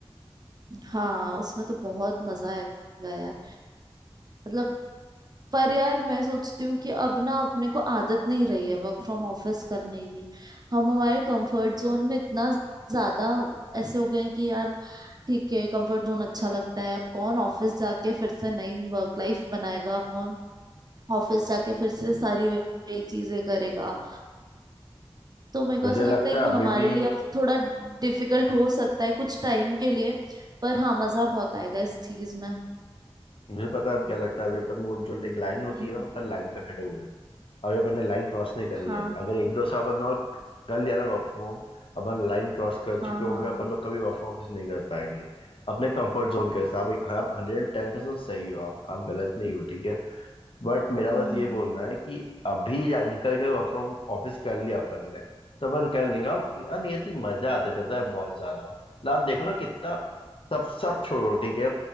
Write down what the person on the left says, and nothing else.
मुझे
लगता
है
अभी भी
मुझे पता है अब क्या लगता है अभी अपन वो जो एक लाइन होती
है
ना अपन लाइन पे खड़े हुए हैं अभी अपन ने लाइन क्रॉस नहीं करी
है अगर एक दो साल अपन और कर लिया ना वर्क फ्रॉम होम अपन लाइन क्रॉस कर चुके
होंगे
अपन लोग कभी वर्क फ्रॉम ऑफिस नहीं कर पाएंगे अपने कंफर्ट जोन के हिसाब आप हंड्रेड एंड टेन परसेंट सही हो आप आप गलत नहीं हो ठीक है बट मेरा बस
ये बोलना है कि अभी जा- निकल के वर्क फ्रॉम ऑफिस कर लिया अपन ने तो अपन कर लेंगे हम यार नियति मजे आते थे पता है बहुत ज्यादा मतलब आप देखो ना कितना सब सब छोड़ो ठीक है